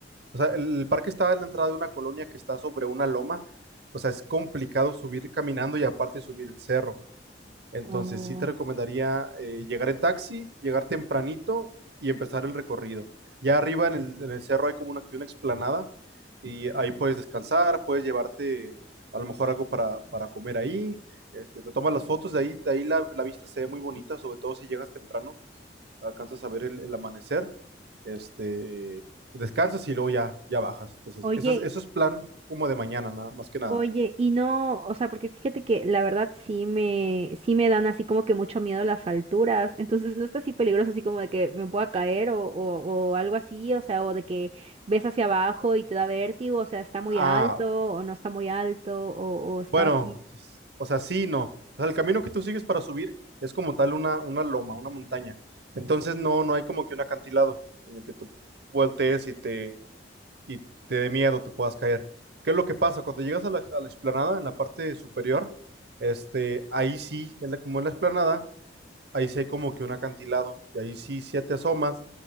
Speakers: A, on the right (about 60°); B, on the right (about 35°).
A: o sea, el el parque está en la entrada de una colonia que está sobre una loma, o sea, es complicado subir caminando y aparte subir el cerro. Entonces
B: Oh.
A: sí te recomendaría eh, llegar en taxi, llegar tempranito y empezar el recorrido. Ya arriba en el, en el cerro hay como una, que una explanada y ahí puedes descansar, puedes llevarte a lo mejor algo para, para comer ahí. Este, te tomas las fotos, de ahí, de ahí la, la vista se ve muy bonita, sobre todo si llegas temprano, alcanzas a ver el, el amanecer, este, descansas y luego ya, ya bajas. Entonces,
B: Oye,
A: eso es, eso es plan como de mañana, nada, más que nada.
B: Oye, y no, o sea, porque fíjate que la verdad sí me, sí me dan así como que mucho miedo las alturas, entonces no está así peligroso así como de que me pueda caer o, o, o algo así, o sea, o de que ves hacia abajo y te da vértigo, o sea, está muy
A: Ah,
B: alto o no está muy alto o, o está
A: Bueno,
B: así.
A: o sea, sí, y no. O sea, el camino que tú sigues para subir es como tal una, una loma, una montaña. Entonces no, no hay como que un acantilado en el que tú voltees y te, y te dé miedo, te puedas caer. ¿Qué es lo que pasa? Cuando llegas a la, a la explanada, en la parte superior, este, ahí sí, en la- como en la explanada, ahí sí hay como que un acantilado. Y ahí sí, sí te asomas,